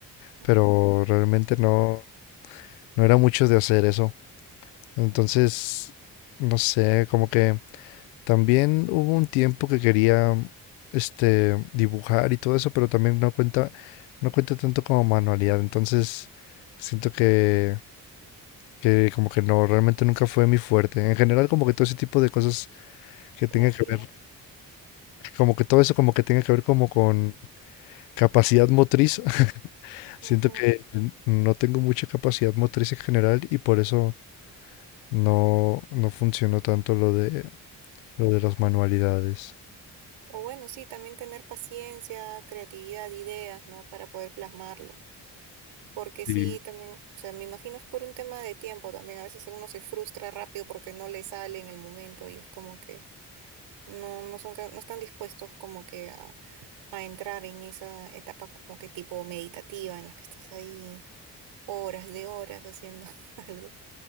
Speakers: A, on the right; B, on the left.
A: ajá,
B: Pero realmente no, no era mucho de hacer eso. Entonces, no sé, como que. También hubo un tiempo que quería este dibujar y todo eso, pero también no cuenta, no cuenta tanto como manualidad. Entonces siento que, que como que no, realmente nunca fue mi fuerte. En general, como que todo ese tipo de cosas que tenga
A: creativos,
B: que ver, como que todo eso como que tenga que ver como con capacidad motriz. <laughs> Siento
A: ajá.
B: que n- no tengo mucha capacidad motriz en general y por eso no, no funcionó tanto lo de lo de las manualidades.
A: O bueno, sí, también tener paciencia, creatividad, ideas, ¿no? Para poder plasmarlo. Porque sí,
B: Sí.
A: también, o sea, me imagino es por un tema de tiempo también. A veces uno se frustra rápido porque no le sale en el momento y es como que no, no son, ca- no están dispuestos como que a, a entrar en esa etapa como que tipo meditativa en la que estás ahí horas de horas haciendo <laughs> algo.